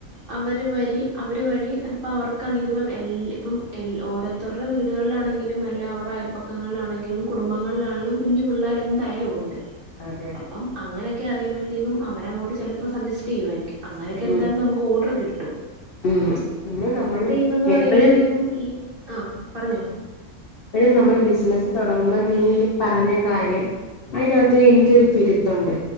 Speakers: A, on the right (about 45°); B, on the left (about 60°).
A: അവർ വരി അവർ വഴി അത്പ്പ അവർ ക്കാണെ <unintelligible> ഇപ്പം എ ഇപ്പം എ ഓരോര്ത്തർടെ വീട്കള്ലാണെങ്കിലും അല്ല അവർ അയ പക്കങ്ങള്ലാണെങ്കിലും കുടുംബങ്ങള്ലാണെങ്കിലും കുഞ്ഞു പിള്ളേർ എന്തായാലും ഉണ്ട്.
B: അതെ അതെ
A: അപ്പം അങ്ങനെയൊക്കെ അറിയുമ്പഴ്ത്തേക്കും അവരങ്ങോട്ട് ചെലപ്പം സജെസ്റ്റ് ചെയ്യുവായിരിക്കും അങ്ങനെയൊക്കെ
B: ഉം
A: എന്തായാലും നമു ഓഡർ കിട്ടും.
B: ഉം പിന്നെ നമ്മള്.
A: ന്ന് പറയുമ്പഴ്ത്തേക്കും
B: എപ്പഴും
A: ഈ ആഹ് പറഞ്ഞോ.
B: എ <unintelligible> നമ്മള് ബിസിനസ്സ് തൊടങ്ങുമ്പം നീ പറഞ്ഞ കാര്യം. അയിനകത്ത് എനിക്കൊരു തിരുത്തുണ്ട്